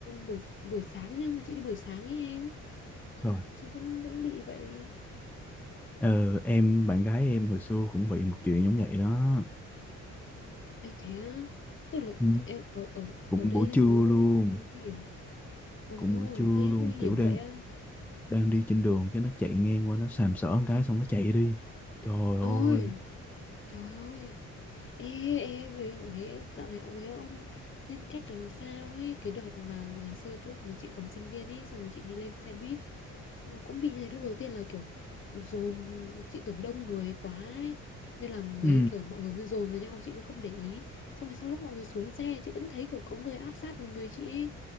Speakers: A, on the left; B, in the centre.
A: buổi buổi sáng nhưng mà chị đi buổi sáng ấy em
B: trời
A: sao vẫn vẫn bị vậy
B: ờ, em bạn gái em hồi xưa cũng bị một chuyện giống vậy đó
A: à, thế á tức là
B: ừ
A: em ở ở
B: cũng
A: ở đây
B: buổi trưa
A: nó
B: luôn
A: nguy hiểm ồ
B: cũng buổi trưa luôn
A: đây nguy hiểm
B: kiểu đang
A: vậy á
B: đang đi trên đường cái nó chạy ngang qua nó sàm sỡ một cái xong nó chạy đi trời
A: ôi
B: ơi
A: trời ơi Ê, ê, mấy, mấy, dạo này mấy ông nhân cách làm sao ấy Cái đợt mà ngày xưa lúc mà chị còn sinh viên ấy Xong rồi chị đi lên xe buýt Xong rồi cũng bị như thế lúc đầu tiên là kiểu Dồn, chị tưởng đông người quá ấy Nên là mấy
B: ừ
A: kiểu mọi người mới dồn vào nhau Chị mới không để ý Xong rồi sau lúc mọi người xuống xe Chị vẫn thấy kiểu có người áp sát vào người chị ấy